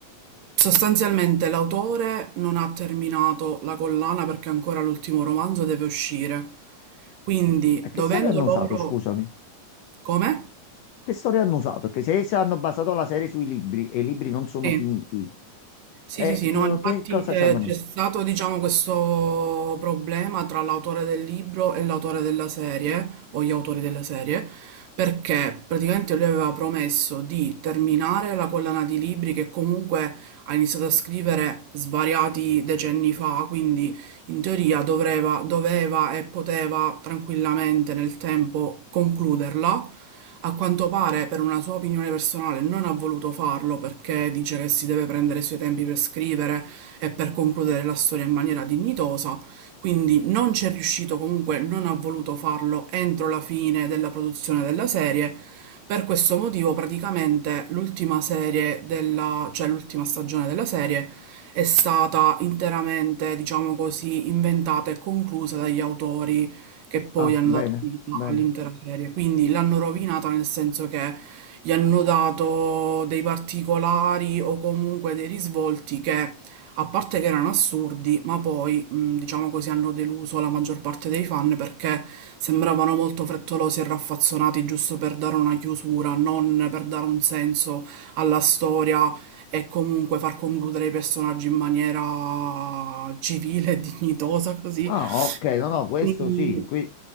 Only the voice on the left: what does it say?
E che
storia hanno usato,
scusami?
Che storia hanno usato? Che se, se hanno basato la serie sui libri e i libri non sono
finiti,
eh,
t-
che cosa
ci hanno messo?
Ah,
bene,
bene.
Ah, ok, no, no, questo
sì. qui-